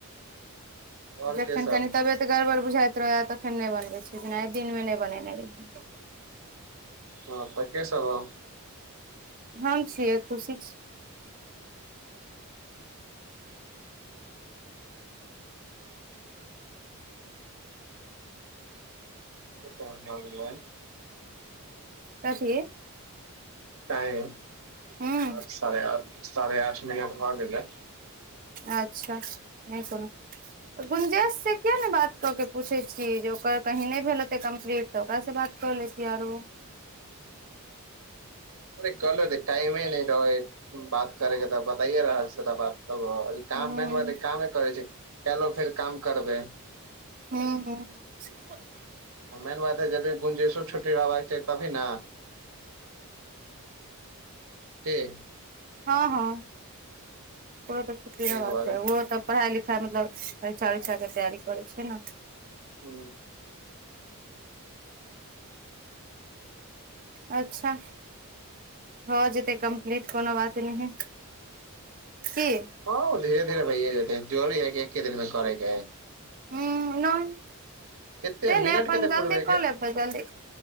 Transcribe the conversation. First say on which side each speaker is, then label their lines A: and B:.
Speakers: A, on the right; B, on the right.
A: आओर
B: जखन
A: के सब
B: कनि तबियत गड़बड़ बुझाइत रहैयै तखन नैय बनबै छियै जेना दिनमे नैय बनेने रहियै।
A: हँ त केसब हौ।
B: हम छियै खुशी छैय।
A: कते टाइम भऽ गेलै
B: कथी।
A: टाइम
B: हूँ
A: आठ साढ़े आठ, साढ़े आठ मिनट भ गेलै।
B: अच्छा नैय कोनो। गुंजेश से किया ने बात क के पूछे छियै जे ओकर कहीं नैय भेल हेतेै कम्प्लीट। तऽ ओकरास बात कऽ लैतियै आरो।
A: अरे क लेबै टाइमे नैय रहै बात करेके तऽ बताइये रहल छियो बात। काम
B: हँ
A: मेन बात
B: हूँ
A: हैय कामे करै छियै कैल्हो फेर काम करबै।
B: हूँ-हूँ।
A: मेन बात है जभी गुंजेशो छुट्टी रहबाक चाही तभी ने। की?
B: हँ -हँ ओकरो तऽ छुट्टी
A: ताहि
B: रहबाक
A: दुआरे
B: चाही उहो त पढ़ाइ लिखाइ मतलब परिक्षा उरिक्षा के तैयारी करै छैय न।
A: हूँ।
B: अच्छा भ जेतै कम्प्लीट कोनो बात नैय हैय। की
A: हँ ऊ धीरे -धीरे भए जेतै जरूरी है कि एके दिन मे करेै के है।
B: हूँ नहि।
A: केते
B: से
A: मिनट
B: ने अपन
A: केते
B: जल्दी
A: पूरबै के
B: कऽ लेबै जल्दी